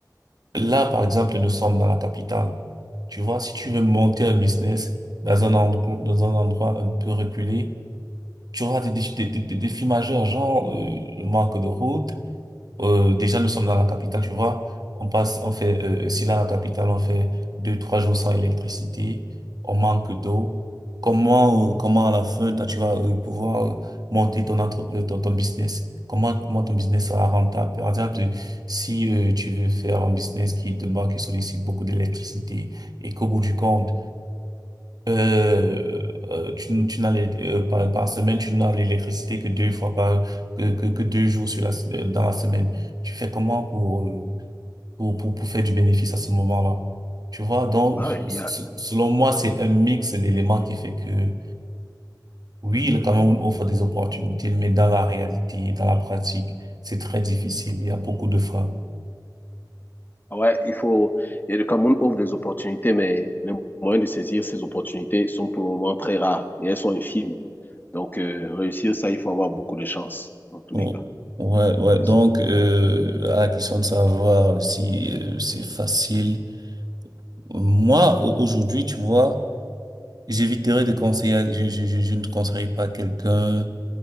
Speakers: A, on the right; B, on the left.
A: Là, par exemple, nous sommes dans la capitale. Tu vois, si tu veux monter un business dans un endroit, dans un endroit un peu reculé, tu auras des, défis- des, des, des défis majeurs, genre euh, le manque de routes euh, déjà, nous sommes dans la capitale, tu vois. On passe, on fait, euh, euh, si dans la capitale, on fait deux, trois jours sans électricité, on manque d'eau. Comment, euh, comment à la fin, toi, tu vas euh, pouvoir euh, monter ton, entre, euh, ton, ton business? Comment, comment ton business sera rentable? Par exemple, euh, si euh, tu veux faire un business qui demande, qui sollicite beaucoup d'électricité et qu'au bout du compte, euh, euh, tu, tu n'as l'é- euh, par, par semaine, tu n'as l'électricité que deux fois par que, que, que deux jours sur la, s- euh, dans la semaine. Tu fais comment pour, euh, pour, pour, pour faire du bénéfice à ce moment-là? Tu vois, donc,
B: Bah Ouais,
A: s-
B: il y a-
A: selon moi, c'est un mix d'éléments qui fait que, oui, le Cameroun offre des opportunités, mais dans la réalité, dans la pratique, c'est très difficile. Il y a beaucoup de freins.
B: Ouais, il faut. Et le Cameroun ouvre des opportunités, mais les moyens de saisir ces opportunités sont pour le moment très rares et elles sont infimes. Donc, euh, réussir ça, il faut avoir beaucoup de chance, dans tous
A: Oh,
B: les cas.
A: Ouais, ouais.
B: C'est
A: Donc,
B: ça.
A: euh, à la question de savoir si euh, c'est facile. Moi, euh, aujourd'hui, tu vois, j'éviterai de conseiller, je, je, je, je ne conseillerais pas à quelqu'un